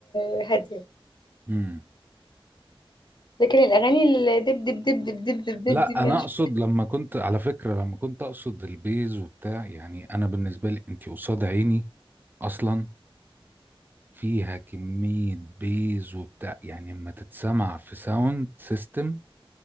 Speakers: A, on the left; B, on the right.
A: الهادية
B: امم
A: لكن الأغاني الدب دب دب دب دب دب دب
B: لا
A: دب ماليش-
B: انا اقصد لما كنت على فكره لما كنت اقصد البيز وبتاع يعني انا بالنسبه لي انت قصاد عيني اصلا فيها كميه بيز وبتاع يعني لما تتسمع في ساوند سيستم